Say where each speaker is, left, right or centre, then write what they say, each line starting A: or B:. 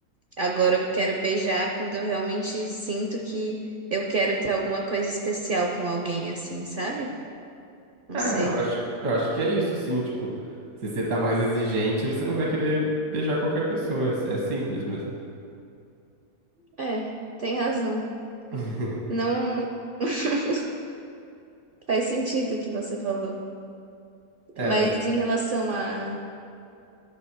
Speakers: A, on the right; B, on the right.
A: agora eu quero beijar quando eu realmente sinto que eu quero ter alguma coisa especial com alguém, assim, sabe? Não
B: É,
A: sei.
B: eu acho, eu acho que é isso, sim. Tipo, se você tá mais exigente, você não vai querer beijar qualquer pessoa. É, é simples mesmo.
A: É, tem razão.
B: <laughs>
A: Não <laughs> faz sentido o que você falou.
B: É,
A: Mas
B: mas.
A: em relação a